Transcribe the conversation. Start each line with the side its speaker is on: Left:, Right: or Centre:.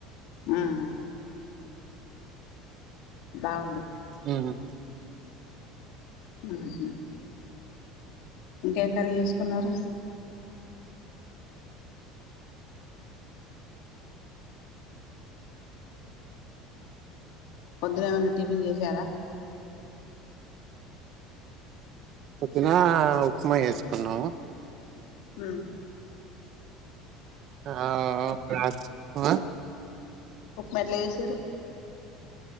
Left: ఆహా బాగుంది
Right: ఉమ్,
Left: మ్మ్ హ్ ఇంకేం కర్రీ చేసుకున్నారు పొద్దునా ఏమైన్నా టిఫిన్ చేసారా
Right: పొద్దున ఉప్మా చేసుకున్నాము
Left: మ్మ్
Right: ఆ ప్రాసెస్ ఉక్మ
Left: ఉక్మా ఎట్లా చేసారు